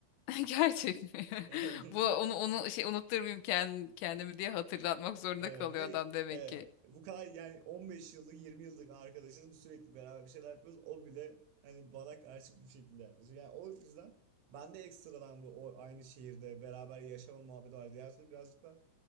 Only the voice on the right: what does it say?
<laughs>
Evet
ve
e,
bu kadar yani 15 yıllık 20 yıllık arkadaşız sürekli beraber bir şeyler yapıyoruz. O bile hani bana karşı bu şekilde yaklaşıyor. Yani o yüzden ben de ekstradan bu o aynı şehirde beraber yaşama muhabbeti var. Diğer türlü birazcık da